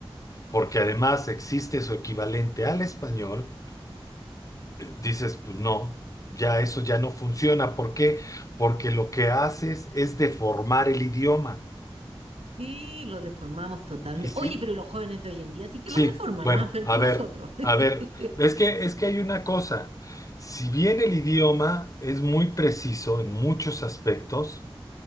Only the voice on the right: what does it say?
Sí, lo deformamos totalmente.
Oye, pero los jóvenes de hoy en día sí que
lo deforman,
¿ah? Peor
que
nosotros. <laughs>